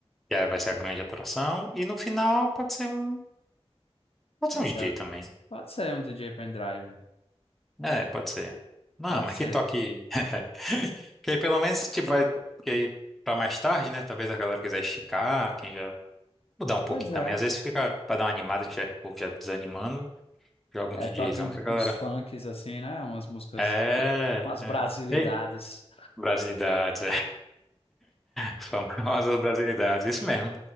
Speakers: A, in the centre; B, on the left.
A: que aí vai ser a grande atração. E no final pode ser um, pode
B: pode
A: ser um DJ
B: ser
A: também.
B: Pode ser um DJ pendrive,
A: É, pode ser. Não,
B: pode
A: mas
B: ser.
A: que toque. <laughs> Que aí pelo menos tipo, vai. Que aí pra mais tarde, né? Talvez a galera quiser esticar, quem já. Mudar um pouquinho
B: Pois é.
A: também. Às vezes fica pra dar uma animada, tiver povo já desanimando, joga
B: É,
A: um DJzão
B: toquem uns,
A: que a galera.
B: uns funks assim, né? Umas músicas,
A: É,
B: bra- umas
A: é.
B: brasilidades.
A: Ei, brasilidades, Famosas brasilidades, isso mesmo.